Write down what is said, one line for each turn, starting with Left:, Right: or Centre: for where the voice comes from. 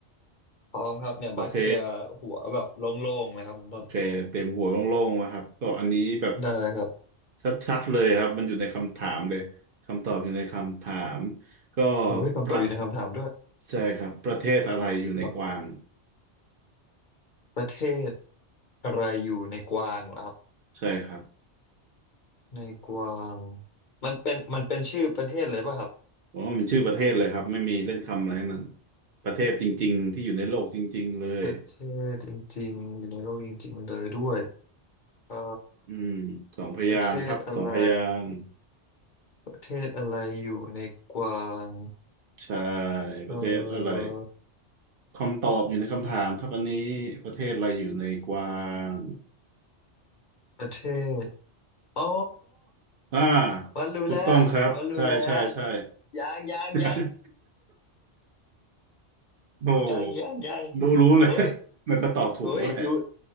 Left: พร้อมครับเนี่ยบัคเคลียร์หัวแบบโล่งๆเลยครับคุณต้น
Right: โอเคโอเคเต็มหัวโล่งๆไวครับก็อันนี้แบบ
Left: ได้ครับ
Right: ชัดๆเลยครับมันอยู่ในคำถามเลยคำตอบอยู่ในคำถามก็
Left: โอ้ยคำตอบอยู่ในคำถามด้วย
Right: ประใช่ครับประเทศอะไรอยู่ในกวาง
Left: ครับประเทศอะไรอยู่ในกวางเหรอครับ
Right: ใช่ครับ
Left: ในกวางมันเป็นมันเป็นชื่อประเทศเลยป่ะครับ
Right: อ๋อมันชื่อประเทศเลยครับไม่มีเล่นคำอะไรทั้งนั้นประเทศจริงๆที่อยู่ในโลกจริงๆเลย
Left: ประเทศจริงๆอยู่ในโลกจริงๆเลยด้วยเอ่อ
Right: อืมสองพยางค์ครับสองพยางค์
Left: ประเทศอะไรประเทศอะไรอยู่ในกวาง
Right: ใช่
Left: เอ่
Right: ประเทศอะไร
Left: อ
Right: คำตอบอยู่ในคำถามครับอันนี้ประเทศอะไรอยู่ในกวาง
Left: ประเทศอ๋อ
Right: อ่า
Left: วันรู้แล้ว
Right: ถูกต้องครับใช่ใช่ใช่
Left: วันรู้แล้วยังยังยัง
Right: <laughs> โอ้
Left: ยังยังยัง
Right: รู้รู้เลย
Left: โอ้ย
Right: <laughs> มันจะตอบถูกแล้วแหละ
Left: โอ้ยรู้